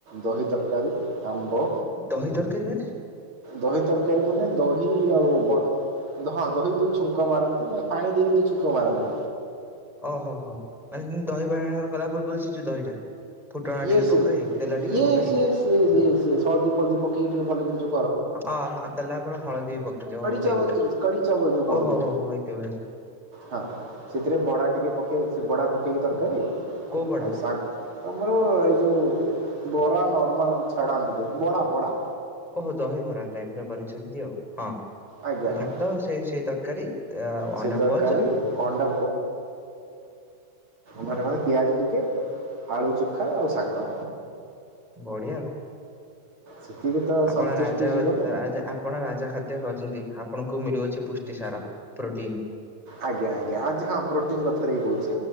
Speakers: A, on the right; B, in the centre.
A: ଦହି ତରକାରୀ ଆମ୍ବ
B: ଦହି ତରକାରୀ ମାନେ
A: ଦହି ତରକାରୀ ମାନେ ଦହି ଆଉ ବ ଦହି ଛୁଙ୍କ ମାରନ୍ତି ମାନେ ପାଣି ଦେଇକି ଯ ଛୁଙ୍କ ମାରନ୍ତି।
B: ଓହୋ ହୋ ମାନେ ଦହି ପା କଲା ପୂର୍ବରୁ ସେ ଯୋଉ ଦହିଟା। ଫୁଟଣ
A: ୟଏ
B: ଟିକେ
A: ସ
B: ପକାଇ
A: ଇ
B: ତେଲ ଟିକେ ପକାଇ
A: ସିଏ ସ ସଳଦୀପ ହଳଦୀପ ପକେଇକି ଟିକେ ଭଲ କରକ଼ୀ
B: ଅ ତାହେଲେ ଆପଣ ହଳଦୀ ବି ପକାନ୍ତି ଓହୋ ହେଇଥିବ
A: ଚାଲ କଢୀ ଚାବଲ ଯ କୁହନ୍ତି।
B: ଓହୋ ହୋ ହେଇଥିବ ହେଇଥିବ।
A: ହଁ ସେଥିରେ ବଡା ଟିକେ ପକେଇ ସେ ବଡା ପକେଇକି ତରକାରୀ
B: କୋଉ ବଡା
A: ଆଉ ଶାଗ ଆମର ଏଇ ଯୋଉ ବରା ନର୍ମାଲ ଛାଡ଼ାନ୍ତି ଯୋଉ ବଡା ବଡା।
B: ଓହୋ ଦହିବରା ଟାଇପ ର କରିଛନ୍ତି ଆଉ ହଁ।
A: ଆଜ୍ଞା ଆଜ୍ଞା।
B: ଭାତ ସେଇ ସେଇ ତରକାରୀ ଆ
A: ସେଇ
B: ଅଣ୍ଡା
A: ତରକାରୀ
B: ପଚ୍
A: ଅଣ୍ଡା ମେ ମାନେ ପିଆଜ ଟିକେ ଆଳୁ ଚୁଖା ଆଉ ଶାଗ।
B: ବଢିଆ ଆଉ।
A: ସେତିକି ତ
B: ଆପଣ
A: ସନ୍ତୁଷ୍ଟି
B: ରାଜା
A: ଜୀବନ
B: ଆପଣ ରାଜା ଖାଦ୍ୟ ଖାଉଛନ୍ତି ଆପଣଙ୍କୁ ମିଳୁଅଛି ପୁଷ୍ଟି ସାର। ପ୍ରୋଟିନ
A: ଆଜ୍ଞା ଆଜ୍ଞା ଆଜି ହଁ ପ୍ରୋଟିନ୍ କଥାରେ ହି କହୁଛି।